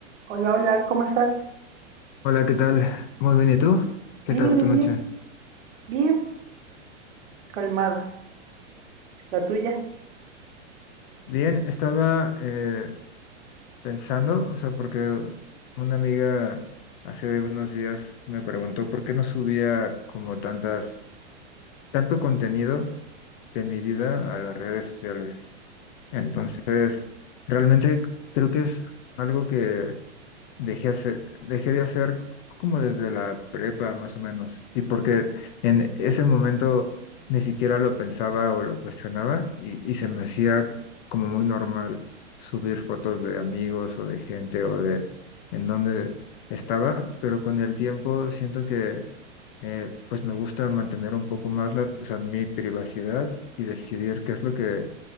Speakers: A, on the right; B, on the left.
A: Hola, hola, ¿cómo estás?
B: Hola, ¿qué tal? Muy bien, ¿y tú? ¿Qué
A: Bien,
B: tal
A: bien,
B: tu noche?
A: bien, bien, calmada. ¿La tuya?
B: Bien, estaba eh, pensando, o sea, porque una amiga hace unos días me preguntó por qué no subía como tantas, tanto contenido de mi vida a las redes sociales. Entonces, realmente creo que es algo que dejé, hace- dejé de hacer como desde la prepa más o menos, y porque en ese momento ni siquiera lo pensaba o lo cuestionaba y, y se me hacía como muy normal subir fotos de amigos o de gente o de en donde estaba, pero con el tiempo siento que eh, pues me gusta mantener un poco más la, o sea, mi privacidad y decidir qué es lo que